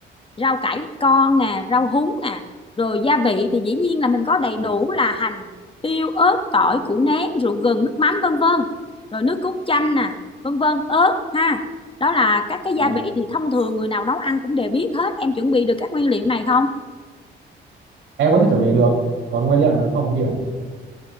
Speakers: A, on the left; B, on the right.
A: rau cải con nè rau húng nè rồi gia vị thì dĩ nhiên là mình có đầy đủ là hành tiêu ớt tỏi củ nén rượu gừng nước mắm vân vân rồi nước cốt chanh nè vân vân ớt ha đó là các cái gia
B: Dạ.
A: vị thì thông thường người nào nấu ăn cũng đều biết hết em chuẩn bị được các nguyên liệu này không
B: em có thể chuẩn bị được còn nguyên liệu nào không chị ạ